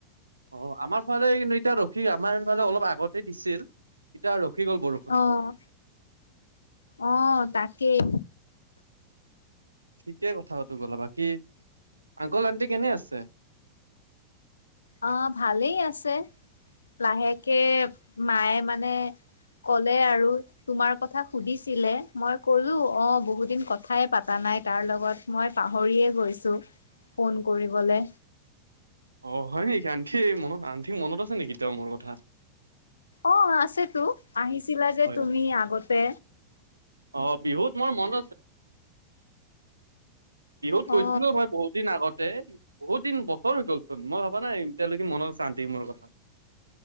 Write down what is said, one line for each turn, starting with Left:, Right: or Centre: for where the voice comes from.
Right: অ আমাৰ ফালে এতিয়া ৰখি আমাৰ ফালে অলপ আগতে দিছিল এতিয়া খি গ'ল বৰষুণটো।
Left: অ' অ' তাকেই
Right: ঠিকেই কথাটো গলা বাকী আংকল আন্টি কেনে আছে?
Left: অ ভালেই আছে লাহেকে মায়ে মানে ক'লে আৰু তোমাৰ কথা সুধিছিলে মই কলো অ বহুত দিন কথাই পাতা ন ত লগত মই পাহৰিয়েই গৈছো ফোন কৰিবলে।
Right: অ হয় নেকি আনঠি মনত আনঠিৰ মনত আছে নেকি তেওঁ মোৰ কথা।
Left: অ আছে তো। আহিছিলা যে
Right: হয়
Left: তুমি আগতে।
Right: অ বিহুত মোৰ মনত বিহুত গৈছিলো
Left: অ
Right: মই বহুত দিন আগত। বহুত দিন বছৰ হৈ গ'ল চোন মই ভবা নাই এ এতিয়ালৈকে মনত আছে আন্তি মোৰ কথা। <inaudible>